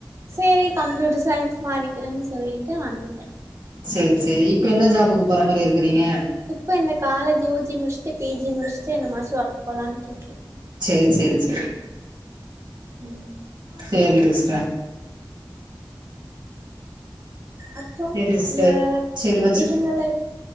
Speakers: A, on the right; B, on the right.
A: செரி கம்ப்யூட்டர் சயின்ஸ் மாறிக்கிறேன்னு சொல்லிட்டு வந்துட்டேன்
B: செரி செரி இப்ப என்ன ஜாபுக்கு போற மாரி இருக்குறீங்க
A: இப்ப இந்த காலேஜ் யூஜி முடிச்சுட்டு பிஜி முடிச்சுட்டு இந்த மாசோ ஒர்க்கு போலான்ட்டு இருக்கே
B: செரி செரி செ
A: ம்
B: செரி சிஸ்டர்
A: அப்போ
B: சேரி சிஸ்டர்
A: உங்க
B: சேரி வச்சுட்டு
A: இவங்களா எப்